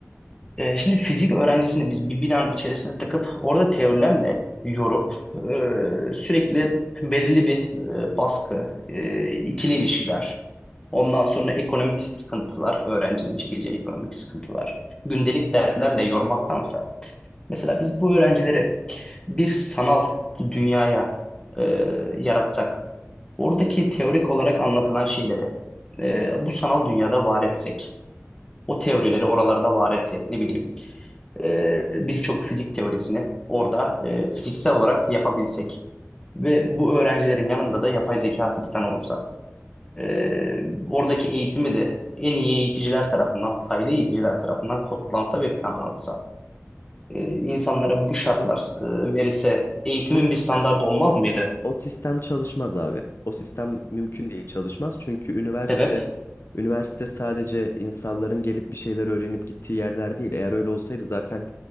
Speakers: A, on the left; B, on the left.
A: Ee, şimdi fizik öğrencisini biz bir binanın içerisine takıp orada teorilerle yorup e, sürekli belirli bir e, baskı, e, ikili ilişkiler, ondan sonra ekonomik sıkıntılar, öğrencinin çekeceği ekonomik sıkıntılar, gündelik dertlerle yormaktansa mesela biz bu öğrencileri bir sanal dünyaya e, yaratsak, oradaki teorik olarak anlatılan şeyleri e, bu sanal dünyada var etsek, o teorileri oralarda var etsek ne bileyim e, birçok fizik teorisini orada e, fiziksel olarak yapabilsek ve bu öğrencilerin yanında da yapay zeka asistanı olsa e, oradaki eğitimi de en iyi eğiticiler tarafından, sayılı eğiticiler tarafından kodlansa ve planlansa e, insanlara bu şartlar
B: O,
A: e, verilse eğitimin
B: o sistem
A: bir standardı olmaz mıydı?
B: O sistem çalışmaz abi. O sistem mümkün değil çalışmaz. Çünkü üniversite
A: Sebep,
B: üniversite sadece insanların gelip bir şeyler öğrenip gittiği yerler değil. Eğer öyle olsaydı zaten